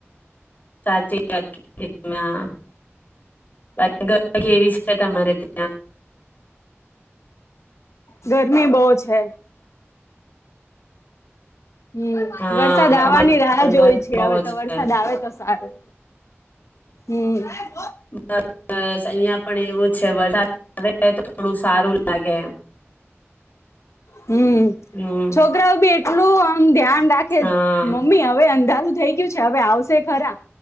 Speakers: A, on the left (about 40°); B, on the left (about 80°).
A: સાચી વાત કીધી. ના, બાકી <unintelligible> કેવી છે તમારે ત્યાં?
B: ગરમી બો છે. હમ,
A: હા
B: વરસાદ આવવાની
A: અમારે
B: રાહ
A: પણ
B: જોઈ
A: ગરમી
B: છે.
A: બો
B: હવે
A: છે
B: તો વરસાદ આવે તો સારું. હમ.
A: બસ, અહિયાં પણ એવું છે વરસાદ આવે તો થોડું સારું લાગે.
B: હમ
A: હમ.
B: છોકરાઓ બી એટલું આમ ધ્યાન રાખે
A: હા
B: છ. મમ્મી હવ હવે અંધારું થઈ ગયું છે હવે આવશે ખરા.